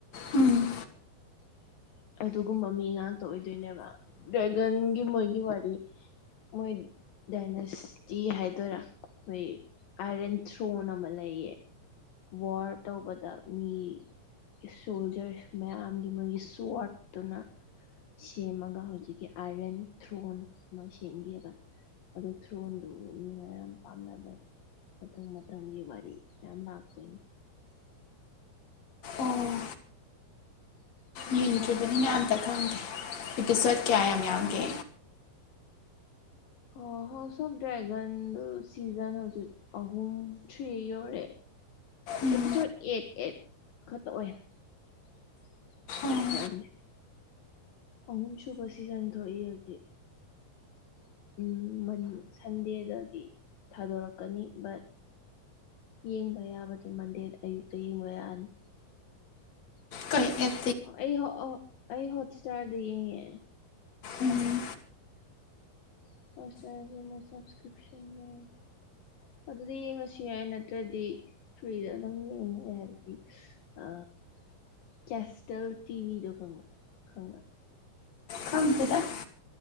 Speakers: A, on the left; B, on the left.
A: ꯎꯝ
B: ꯑꯗꯨꯒꯨꯝꯕ ꯃꯤ ꯉꯥꯛꯇ ꯑꯣꯏꯗꯣꯏꯅꯦꯕ ꯗ꯭ꯔꯦꯒꯟꯒꯤ ꯃꯣꯏꯒꯤ ꯋꯥꯔꯤ ꯃꯣꯏ ꯗꯥꯏꯅꯦꯁꯇꯤ ꯍꯥꯏꯗꯣꯏꯔꯥ ꯃꯣꯏ ꯑꯥꯏꯔꯥꯟ ꯊ꯭ꯔꯣꯟ ꯑꯃ ꯂꯩꯌꯦ ꯋꯥꯔ ꯇꯧꯕꯗ ꯃꯤ ꯁꯣꯜꯖꯔ ꯃꯌꯥꯝꯒꯤ ꯃꯣꯏꯒꯤ ꯁꯨꯋꯥꯠꯇꯨꯅ ꯁꯦꯝꯃꯒ ꯍꯧꯖꯤꯛꯀꯤ ꯑꯥꯏꯔꯟ ꯊ꯭ꯔꯣꯟ ꯑꯃ ꯁꯦꯝꯒꯤꯕ ꯑꯗꯨ ꯊ꯭ꯔꯣꯟꯗꯨ ꯃꯤꯅ ꯌꯥꯝ ꯄꯥꯝꯅꯕꯩ ꯃꯊꯪ ꯃꯊꯪꯒꯤ ꯋꯥꯔꯤ ꯃꯌꯥꯝ ꯂꯥꯛꯇꯣꯏꯅꯤ
A: ꯑꯣ
B: ꯀꯨꯀꯤ
A: ꯌꯦꯡꯗ꯭ꯔꯤꯕꯅꯤ
B: ꯋꯥꯔꯤ
A: ꯑꯝꯇꯥ ꯈꯪꯗꯦ ꯑꯤ ꯄꯤ ꯁꯣꯔꯠ ꯀꯌꯥ ꯌꯥꯝ ꯌꯥꯝꯒꯦ
B: ꯑꯣ ꯍꯣ ꯁꯨꯝ ꯗ꯭ꯔꯒꯟ ꯁꯤꯖꯟ ꯍꯧꯖꯤꯛ ꯑꯍꯨꯝ ꯊ꯭ꯔꯤ ꯌꯧꯔꯦ
A: ꯎꯝ
B: ꯑꯦꯄꯤꯁꯣꯠ ꯑꯦꯠ ꯑꯦꯠ ꯈꯛꯇ ꯑꯣꯏ
A: ꯑꯣ
B: ꯌꯥꯝꯗꯦ ꯑꯍꯨꯝ ꯁꯨꯕ ꯁꯤꯖꯟ ꯊꯣꯛꯏ ꯍꯧꯖꯤꯛ ꯎꯝ ꯁꯟꯗꯦꯗꯗꯤ ꯊꯥꯗꯣꯔꯛꯀꯅꯤ ꯕꯠ ꯌꯦꯡꯕ ꯌꯥꯕꯗꯤ ꯃꯟꯗꯦꯗ ꯑꯌꯨꯛꯇ ꯌꯦꯡꯕ ꯌꯥꯅꯤ
A: ꯀꯔꯤꯒꯤ
B: ꯑꯩ ꯑꯩ ꯍꯣꯠ ꯁꯇꯔꯗ ꯌꯦꯡꯉꯦ
A: ꯎꯝ
B: ꯍꯣꯁꯇꯦꯟꯒꯤ ꯃꯣꯢ ꯁꯞꯁꯀ꯭ꯔꯤꯞꯁꯟꯅꯦ ꯑꯗꯨꯗꯤ ꯌꯦꯡꯉꯁꯨ ꯌꯥꯏ ꯅꯠꯇ꯭ꯔꯗꯤ ꯐ꯭ꯔꯤꯗ ꯑꯗꯨꯝ ꯌꯦꯡꯒꯦ ꯍꯥꯏꯔꯗꯤ ꯑ ꯀꯦꯁꯇꯦꯜ ꯇꯤꯚꯤꯗꯣ ꯈꯪꯕ ꯈꯪꯕꯔꯥ
A: ꯈꯪꯗꯦꯍ‌ꯦ